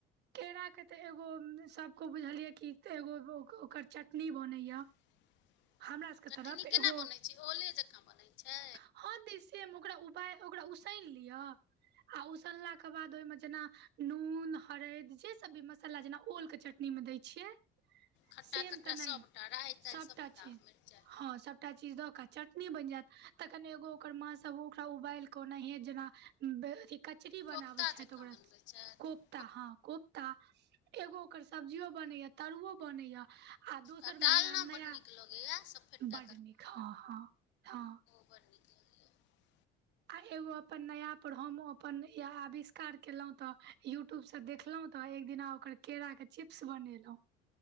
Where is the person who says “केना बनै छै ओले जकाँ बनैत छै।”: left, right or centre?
Left